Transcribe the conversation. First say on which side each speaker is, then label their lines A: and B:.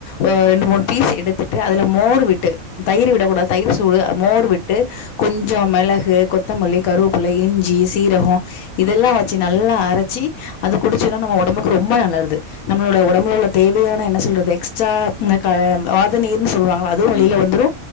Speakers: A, on the left; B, on the left.
A: ம்
B: ஒ ரெண்டு மூணு பீஸ் எடுத் திட்டு அதுல மோர் விட்டு தயிர் விட கூடாது தயிர் சூடு மோர் விட்டு கொஞ்சோ மேளகு கொத்தமல்லி கருவப்பிள்ள இஞ்சி சீரகோ
A: ம்
B: இதல்லா வச்சி நல்லா அரச்சி அது
A: ஆ
B: குடிச்சினா நம்ம ஒடம்புக் கு ரொம்ப நல்லர்து நம்மளோட ஒடம்புல உள்ள தேவையான என்ன சொல்றது எக்ஸ்ட்ரா இந்த க வாத நீீர்ன்னு சொல்லுவாங்க அதுவு வெளில
A: ம்
B: வந்துரு